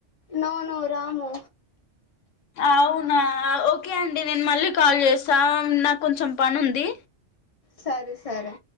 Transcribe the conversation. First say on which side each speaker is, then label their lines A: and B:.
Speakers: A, on the left; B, on the left.
A: నో నో రాము
B: అవునా ఓకే అండి నేను మళ్ళీ కాల్ చేస్తా నాకు కొంచెం పని ఉంది
A: సరే సరే